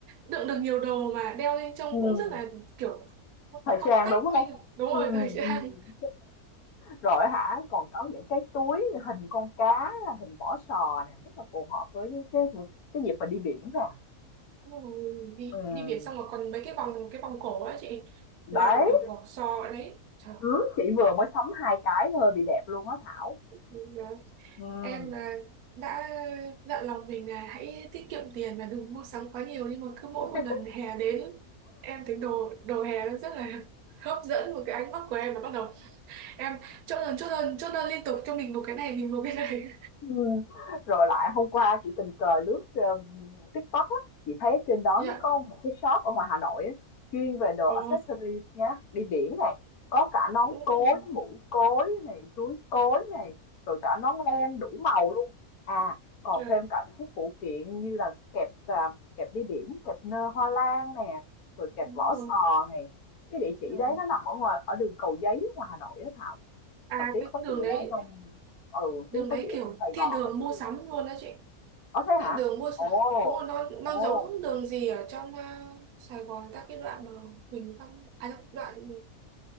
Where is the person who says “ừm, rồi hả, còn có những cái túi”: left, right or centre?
Left